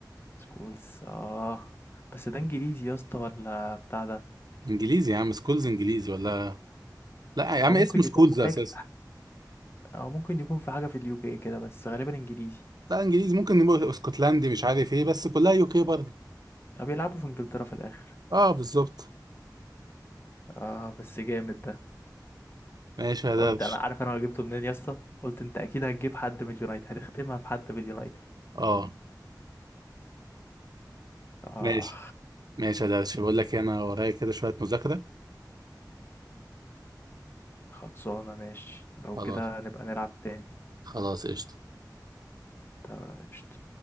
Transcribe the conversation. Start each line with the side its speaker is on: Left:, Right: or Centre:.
Left: سكولز اه بس ده انجليزي يا اسطى ولا بتاع ده
Right: إنجليزي يا عم سكولز إنجليزي ولا لا يا عم
Left: او ممكن
Right: اسمه سكولز
Left: يكون في
Right: أساسا
Left: حاجه او ممكن يكون في حاجه في اليو كي كده بس غالبا انجليزي
Right: لا إنجليزي ممكن نبقى اسكتلندي مش عارف إيه بس كلها يو كي برضه
Left: او بيلعبوا في انجلترا في الاخر
Right: أه بالظبط
Left: اه بس جامد ده
Right: ماشي يا درش
Left: قلت انا عارف انا جبته منين يا اسطى قلت انت اكيد هتجيب حد من اليونايتد هتختمها في حد من اليونايتد
Right: أه
Left: اه
Right: ماشي ماشي يا درش بقول لك إيه، أنا ورايا كده شوية مذاكرة
Left: خلصانه ماشي لو
Right: خلاص
Left: كده نبقى نلعب تاني
Right: خلاص قشطة
Left: طب قشطة.